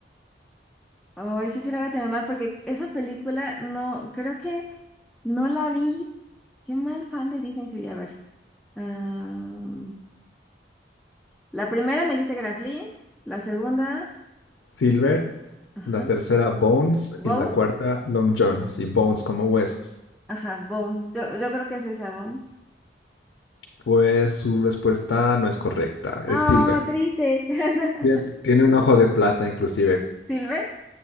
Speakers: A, in the centre; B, on the left (about 80°).
A: Oh, esa sí la voy a tener mal porque esa película no, creo que No la vi. Qué mal fan de Disney soy. A ver. ah, la primera me dijiste que era Flynn. La segunda,
B: Silver,
A: ajá.
B: la tercera Bones y
A: Bones.
B: la cuarta Long John. Sí, Bones como huesos.
A: Ajá, Bones. Yo, yo creo que es esa, Bones.
B: Pues su respuesta no es correcta,
A: Oh,
B: es Silver.
A: triste. <laughs>
B: Bien. Tiene un ojo de plata inclusive,
A: ¿Silver?